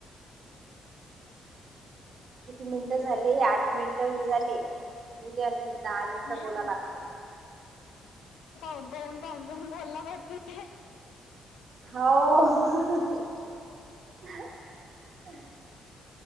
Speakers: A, on the right; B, on the left.
A: किती मिनिटं झाले आठ मिनिटं हे झाले उद्या आणखी दहा मिनिटं
B: हम्म
A: बोला लागते.
B: पाहून पाहून पाहून पाहून बोलला वाडत ते
A: हाव..